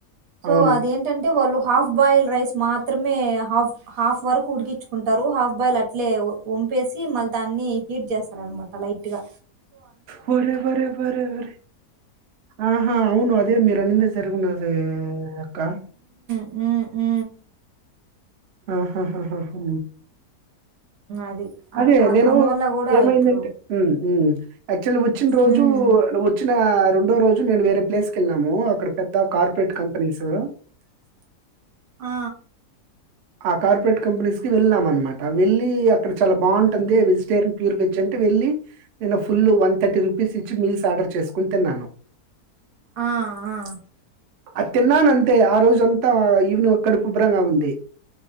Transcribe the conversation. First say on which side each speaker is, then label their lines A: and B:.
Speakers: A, on the right (about 65°); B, on the right (about 85°).
A: సో
B: అవును.
A: అదేంటంటే వాళ్ళు హాఫ్ బాయిల్ రైస్ మాత్రమే, హాఫ్ హాఫ్ వరకు ఉడికించుకుంటారు. హాఫ్ బాయిల్ అట్లే వంపేసి మళ్ళీ దాన్ని హీట్ చేస్తారనమాట లైట్గా
B: వరే వరే వరే వరే ఆహా అవును అదే మీరు అన్నిందే జరిగన్నది క్క
A: ఉ ఉ
B: ఆహా ఆహాహో
A: అది. అట్
B: అదే
A: అన్
B: నేను
A: అందువల్ల గూడా
B: ఏమైందంటే
A: ఇప్పుడు
B: ఉ ఉ అద్ చల్ వచ్చిన రోజు
A: హ్మ్.
B: వచ్చిన రెం టు రోజు నేను వేరేప్లేస్ కి వెళ్ళినాము అక్కడ పెద్ద కార్పొరేట్ కంపెనీసు
A: ఆ!
B: ఆ కార్పొరేట్ కంపెనీస్ కి వెళ్ళాం అనమాట. వెళ్ళి అక్కడ చాలా బాగుంటుంది. వెజిటేరియన్ ప్యూర్ వెజ్ అంటే వెళ్ళి, నిన్న ఫుల్ వన్ థర్టీ రూపీస్ ఇచ్చి మీల్స్ ఆర్డర్ చేసుకొని తిన్నాను
A: ఆ ఆ
B: అది తిన్నాను అంతే ఆ రోజ అంతా ఈవినింగ్ కడుపు ఉబ్బరంగా ఉంది